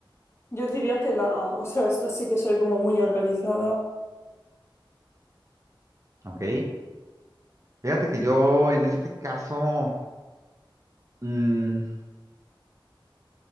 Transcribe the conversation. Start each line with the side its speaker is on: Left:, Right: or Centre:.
Left: Yo diría que la A, o sea, esto sí que soy como muy organizada.
Right: Ok. Fíjate que yo en este caso, mm,